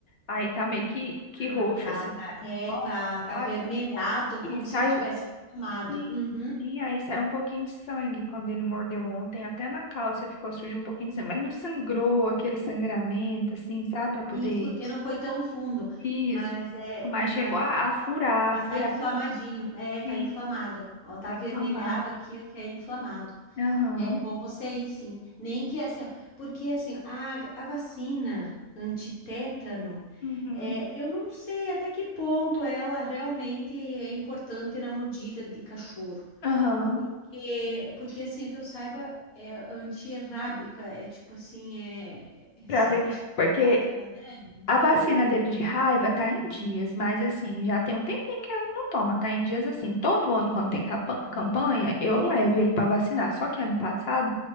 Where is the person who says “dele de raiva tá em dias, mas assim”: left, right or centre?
Left